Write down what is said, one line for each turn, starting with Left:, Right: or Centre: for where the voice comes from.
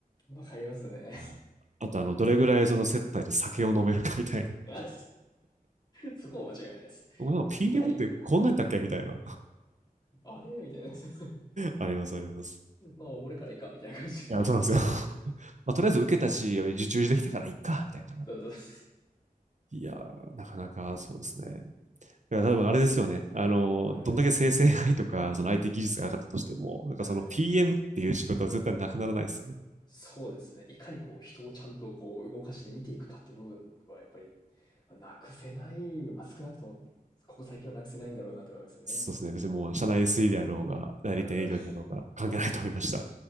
Left: わかりますね。
Right: はいあと、あの、どれぐらいその接待で酒を飲めるかみたい
Left: <laughs> あそこも間違いないです。
Right: な。<laughs> なんか PM
Left: いかに、
Right: ってこんなんだったっけみたいな。
Left: あれみたいな。<laughs>
Right: あります、あります。
Left: まあ、おもれからいいか、みたいな感じで。
Right: いや、そうなんですよ。<laughs> まあ、とりあえず受けたし、受注できたからいっか、みたいな。
Left: <laughs> そうそ
Right: いやー、なかなかそうですね。だから多分あれですよね。あの、
Left: う。はい。
Right: どんだけ生成 AI とか、その IT 技術が上がったとしても、なんかその
Left: はい。
Right: PM っていう仕事は絶対なくならないですよね。
Left: そうですね。いかにこう人をちゃんとこう動かして見ていくかって部分はやっぱり、ま、なくせない、まあ、少なくともここ最近はなくせないんだろうなと思いますね。
Right: そうですね。別にもう社内 SE であろうが、代理店営業であろうが、
Left: うん、<laughs>
Right: 関係ないと思いました。
Left: はい。